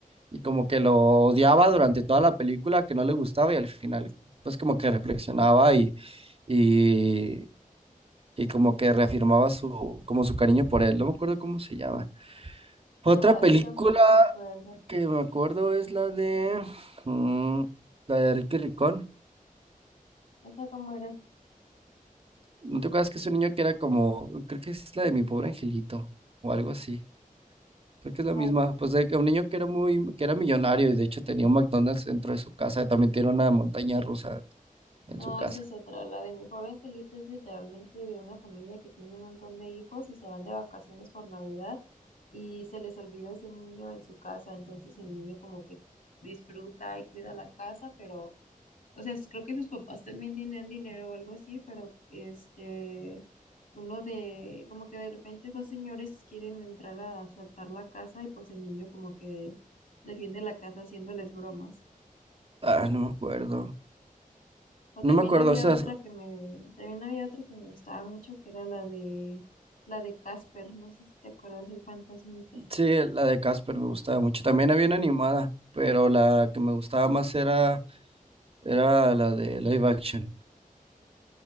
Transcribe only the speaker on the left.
No, verdad,
yo tampoco me acuerdo.
¿Esa cómo era?
¿Cuál?
No,
esa es otra. La de mi pobre angelito es literalmente de una familia que tiene un montón de hijos y se van de vacaciones por Navidad y se les olvida ese niño en su casa. Entonces el niño como que disfruta y cuida la casa, pero O sea, es- creo que sus papás también tenían dinero o algo así, pero este, uno de, como que de repente dos señores quieren entrar a asaltar la casa y pues el niño como que defiende la casa haciéndoles bromas.
O
también
había
otra que me, también había otra que me gustaba mucho, que era la de, la de Casper, no sé si te acuerdas, el fantasmita.